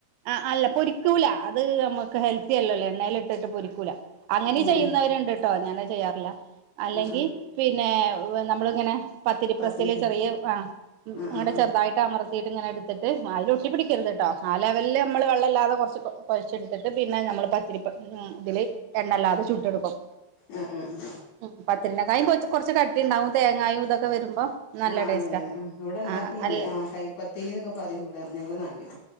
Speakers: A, on the right (about 85°); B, on the left (about 80°).
A: ആ അല്ല പൊരിക്കൂല അത് നമുക്ക് ഹെൽത്തിയല്ലല്ലോ എണ്ണേൽ ഇട്ടിട്ട് പൊരിക്കൂല അങ്ങനെ
B: ഉം
A: ചെയ്യുന്നവരുണ്ട്ട്ടോ
B: ഉം
A: ഞാൻ ചെയ്യാറില്ല അല്ലെങ്കി
B: ആഹ് ആഹ്
A: പിന്നെ നമ്മളിങ്ങനെ പത്തിരിപ്രസ്സിൽ
B: പത്തിരിക്ക്
A: ചെറിയ ആ
B: ആഹ്
A: <unintelligible>
B: ആഹ് ആഹ്
A: ചെറുതായിട്ട് അമർ <unintelligible> വായില് ഒട്ടിപ്പിടിക്കരുത് ട്ടൊ ലെവല് നമ്മൾ വെള്ളല്ലാതെ കുറച്ച് കൊ കുഴച്ചെടുത്തിട്ട് പിന്നെ നമ്മൾ പത്തിരിപ്പ അഹ് ഇതില് എണ്ണല്ലാതെ ചുട്ടെടുക്കും
B: അഹ് ആഹ്
A: ഉം പത്തിരിനകായിം പോച് കൊറച്ച് കട്ടിണ്ടാവും തേങ്ങായും ഇതൊക്കെ വരുമ്പോ നല്ല
B: ആഹ് അതന്നെ
A: ടേസ്റ്റാ
B: ഇവിടെ ഇവിടെണ്ടാക്കൽണ്ട്
A: ആ അല്ല
B: ആഹ് കൈപ്പത്തിരിന്നൊക്കെ പറയും ഇവിടെ ഞങ്ങളെ നാട്ടിൽ